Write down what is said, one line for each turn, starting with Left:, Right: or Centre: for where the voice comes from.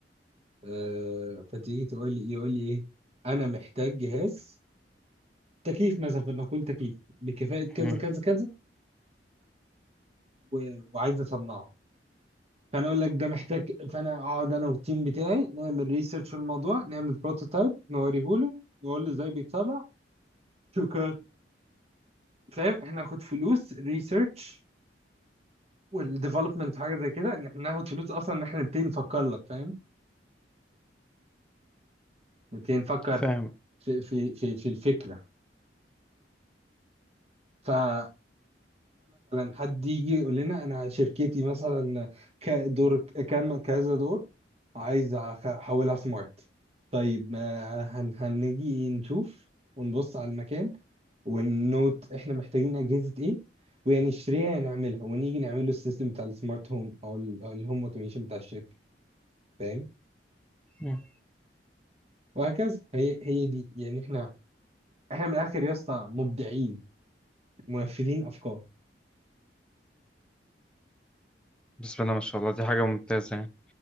Right: اه فتيجي تقول لي يقول لي ايه انا محتاج جهاز تكييف مثلا فانا اقول تكييف بكفاءه كذا
Centre: مم.
Right: كذا كذا و... وعايز اصنعه فانا اقول لك ده محتاج فانا اقعد انا والتيم بتاعي نعمل ريسيرش في الموضوع نعمل بروتوتايب نوريه له نقول له ازاي بيتصنع شكرا فاهم احنا ناخد فلوس ريسيرش والديفلوبمنت حاجه زي كده ان احنا ناخد فلوس اصلا ان احنا نبتدي نفكر لك فاهم نبتدي نفكر
Centre: فاهم
Right: في في في, في الفكره فمثلا حد يجي يقول لنا انا شركتي مثلا كدور كام كذا دور عايز أخ- احولها سمارت طيب آه، هن هنيجي نشوف ونبص على المكان ونوت احنا محتاجين اجهزة ايه وهنشتريها نعملها ونيجي نعمل له السيستم بتاع السمارت هوم او ال- أو الهوم اوتوميشن بتاع الشركة فاهم
Centre: مم.
Right: وهكذا هي هي دي يعني احنا احنا من الاخر يا اسطى مبدعين منفذين افكار
Centre: بسم الله ما شاء الله دي حاجة ممتازة يعني